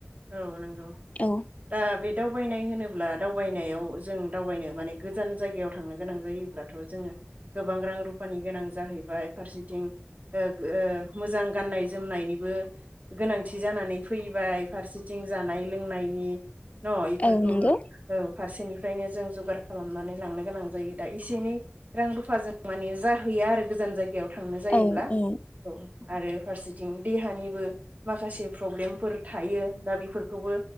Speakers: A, on the right (about 40°); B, on the left (about 35°).
A: औ नंगौ
B: औ
A: दा बेद दावबायनाय होनोब्ला दावबायनायाव जों दावबायनो माने गोजान जायगायाव थांनो गोनां जायोब्लाथ' जोंङो गोबां रां रुफानि गोनां जाहैबाय फारसेथिं ओ ओ मोजां गाननाय जोमनायनिबो गोनांथि जानानै फैबाय। फारसिथिं जानाय लोंनायनि न इफोरखौ
B: औ नंगौ
A: ला औ फारसेनिफ्रायनो जों जगार खालामनानै लांनो गोनां जायो दा इसे एनै रां रुफा जों माने जाहैया आरो गोजान जायग बिगायाव थांनो जायोब्ला
B: औ औ
A: औ। आरो फारसिथिं देहानिबो माखासे प्रब्लेमफोर थायो दा बिफोरखौबो